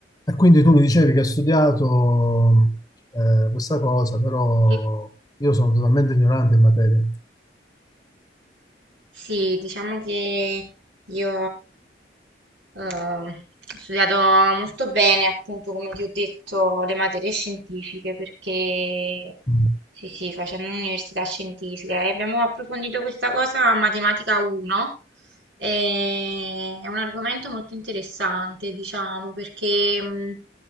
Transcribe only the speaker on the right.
Io-
Sì, diciamo che io eh, ho studiato molto bene, appunto, come ti ho detto, le materie scientifiche, perché
sì, sì, facendo un'università scientifica e abbiamo approfondito questa cosa a Matematica 1. e È un argomento molto interessante, diciamo, perché mh,